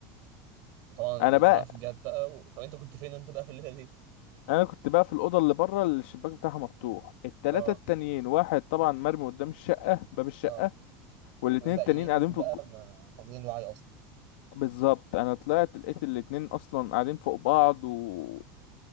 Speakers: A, on the right (about 60°); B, on the left (about 75°).
A: طبعا
B: أنا
A: الاسعاف
B: بقى
A: جت بقى و... طب انت كنت فين انت بقى في الليله دي
B: أنا كنت بقى في الأوضة اللي بره اللي الشباك بتاعها مفتوح التلاتة
A: اه
B: التانيين واحد طبعا مرمي قدام الشقة باب الشقة
A: اه
B: والاتنين
A: والباقيين
B: التانيين قاعدين في
A: بقى
B: الجو...
A: ما فاقدين الوعي اصلا
B: بالظبط أنا طلعت لقيت الاتنين أصلا قاعدين فوق بعض و